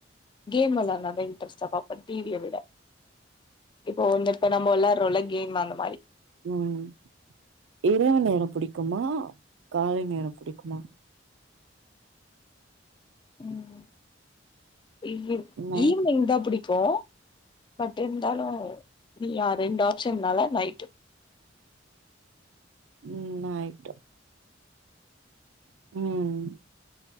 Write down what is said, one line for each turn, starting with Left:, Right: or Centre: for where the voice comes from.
Left: கேம் வெள்லாண்டாக்க இன்ட்ரஸ்டா பாப்பே டிவிய விட இப்போ வந்து இப்ப நம்ம வெளாட்றோல கேம் அங்க
Right: ம் இப் தியோ நேரோ புடிக்குமா காலை நேரம் புடிக்குமா
Left: ம் இல்லைங்
Right: நைட்
Left: ஈவினிங் தா புடிக்கு பட் இருந்தாலு நீயா ரெண்டு ஆப்ஷன்னால நைட்டு
Right: ம் நைட்டு ம்